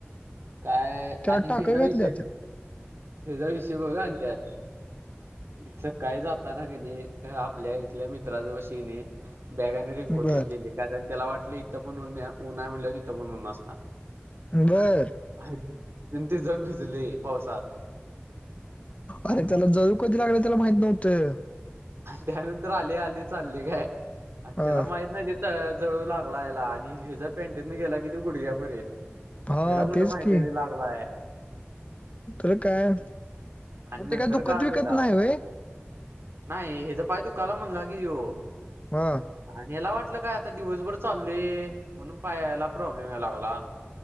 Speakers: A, on the right; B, on the left.
A: काय
B: त्याला
A: आणि
B: टाक
A: घ्याचा
B: घातली
A: विषय
B: आता
A: हचा विषय बघा आणि त्यात थ काही जाताना क नाही आपल्या इथल्या मित्राच्या वशीने बॅगाने रिंगकोठन
B: बर
A: गेली कारण त्याला वाटलं इथं पणन उन्हा म्हटलं तिथं पण ऊ्ह असणार
B: बर
A: ह न तेीस जण भिजले पावसात
B: अरे
A: आणि
B: त्याला जळू कधी लागला त्याला माहित नव्हतं
A: त्यानंतर आली आली चालली काय आणि
B: हा
A: त्याला माहित नाही जळू लागला याला आणि ह ज्या पॅनटीनं गेला की तो गुडघ्यापर्यंत
B: हा
A: त्याला कुठं
B: तेच
A: माहिती
B: की
A: आहे त लागलाय
B: तर काय
A: आणि नंतर
B: ते काय दुखत
A: का आलेला
B: विकत नाही वय
A: नाही हे तर पाहि तू काला म्हणलं की येो
B: हां
A: आणि याला वाटलं काय आता दिवसभर चालले म्हणून पायाला प्रॉब्लेम या लागला